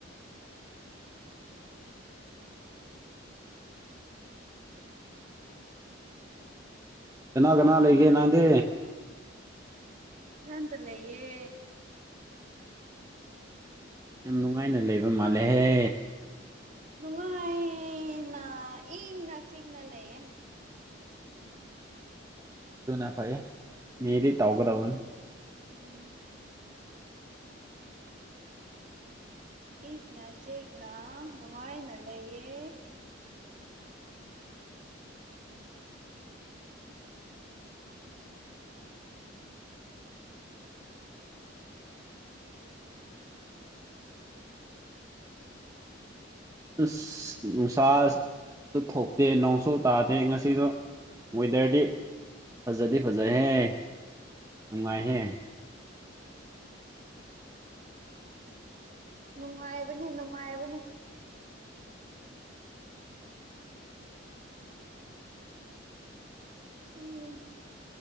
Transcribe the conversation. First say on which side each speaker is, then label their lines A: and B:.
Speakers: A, on the right; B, on the right.
A: ꯀꯅꯥ ꯀꯅꯥ ꯂꯩꯒꯦ ꯅꯪꯗꯤ
B: ꯏꯊꯟꯇ ꯂꯩꯌꯦ
A: ꯌꯥꯝ ꯅꯨꯡꯉꯥꯏꯅ ꯂꯩꯕ ꯃꯥꯜꯂꯦꯍꯦ
B: ꯅꯨꯡꯉꯥꯏꯅ ꯏꯪꯅ ꯆꯤꯛꯅ ꯂꯩꯌꯦ
A: ꯗꯨꯅ ꯐꯩꯌꯦ ꯃꯦꯗꯤ ꯇꯧꯒꯗꯧꯕꯅꯦ
B: ꯎꯝ ꯏꯛꯅ ꯆꯦꯛꯅ ꯅꯨꯉꯥꯏꯅ ꯂꯩꯌꯦ
A: ꯑꯁ ꯅꯨꯡꯁꯥꯁꯨ ꯊꯣꯛꯇꯦ ꯅꯣꯡꯁꯨ ꯇꯥꯗꯦ ꯉꯁꯤꯗꯣ ꯋꯦꯗꯔꯗꯤ ꯐꯖꯗꯤ ꯐꯖꯩꯍꯦ ꯅꯨꯡꯉꯥꯏꯍꯦ
B: ꯅꯨꯡꯉꯥꯏꯕꯅꯦ ꯅꯨꯡꯉꯥꯏꯕꯅꯦ ꯎꯝ